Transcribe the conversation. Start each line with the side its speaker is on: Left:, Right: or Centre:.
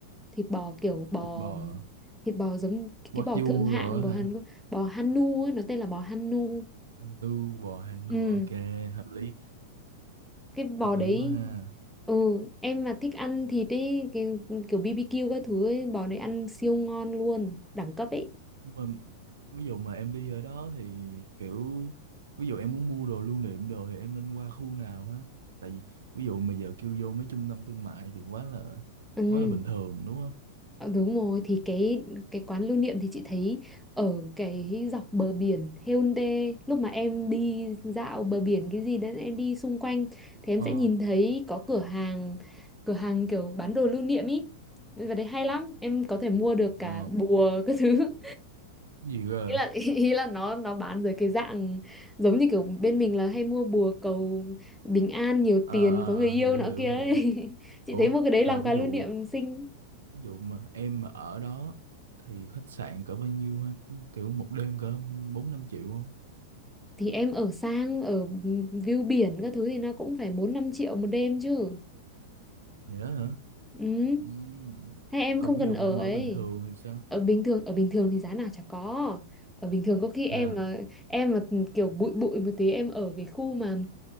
Centre: thịt bò kiểu bò
Right: thịt bò
Centre: thịt bò giống
Right: wagyu
Centre: cái bò thượng hạng
Right: rồi
Centre: của
Right: hả
Centre: Hàn Quốc bò Hanu ấy, nó tên là bò Hanu
Right: anh nu bò hành nu
Centre: Ừ,
Right: ok hợp lý
Centre: cái bò
Right: hợp lý
Centre: đấy
Right: quá ha
Centre: ừ em mà thích ăn thịt ấy cái, kiểu BBQ các thứ ấy, bò đấy ăn siêu ngon luôn đẳng cấp ấy
Right: nhưng mà ví dụ mà em đi ở đó thì kiểu ví dụ em muốn mua đồ lưu niệm đồ thì em nên qua khu nào ha tại vì ví dụ mà giờ kêu vô mấy trung tâm thương mại thì quá là
Centre: ừ
Right: quá là bình thường đúng không
Centre: ờ, đúng rồi thì cái cái quán lưu niệm thì chị thấy ở cái dọc bờ biển Haeundae lúc mà em đi dạo bờ biển cái gì đấy em đi xung quanh thì em
Right: ờ
Centre: sẽ nhìn thấy có cửa hàng cửa hàng kiểu bán đồ lưu niệm ý và đấy hay lắm em có thể mua được cả
Right: ờ
Centre: bùa <laughs> các thứ
Right: cái gì cơ
Centre: ý là <laughs> ý là nó nó bán dưới cái dạng giống như kiểu bên mình là hay mua bùa cầu bình an nhiều
Right: à,
Centre: tiền
Right: à,
Centre: có người yêu
Right: à hiểu
Centre: nọ
Right: hiểu
Centre: kia ấy
Right: hiểu
Centre: <laughs> chị
Right: ủa
Centre: thấy mua cái đấy
Right: rồi
Centre: làm
Right: ví
Centre: quà
Right: dụ
Centre: lưu niệm xinh
Right: ví dụ mà em mà ở đó thì khách sạn cỡ bao nhiêu ha kiểu một đêm cỡ bốn năm triệu không
Centre: thì em ở sang ở view biển các thứ thì nó cũng phải bốn năm triệu một đêm chứ
Right: dễ hả
Centre: ừ
Right: Ừm.
Centre: hay em
Right: còn
Centre: không
Right: ví
Centre: cần
Right: dụ
Centre: ở
Right: mà em
Centre: ấy
Right: ở bình thường thì sao
Centre: ở bình thường ở bình thường thì giá nào chả có ở bình thường có khi em
Right: Thế à
Centre: mà em mà kiểu bụi bụi một tí em ở cái khu mà